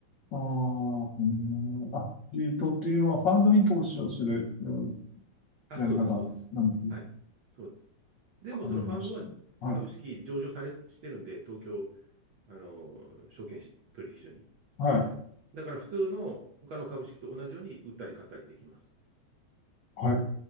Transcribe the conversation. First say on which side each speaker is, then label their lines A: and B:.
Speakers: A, on the left; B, on the right.
A: ああ、うん、あ、リートっていうのはファンドに投資をするうん
B: あ、
A: やり方なんですね。
B: そうです、そうです。はい、そうです。でも、
A: わかりました。
B: そのファンドは株式上場され、
A: はい、
B: してるんで、東京、あの、証券取引所に。
A: はい、
B: だから普通の他の株式と同じように売ったり買ったりできます。
A: はい、わか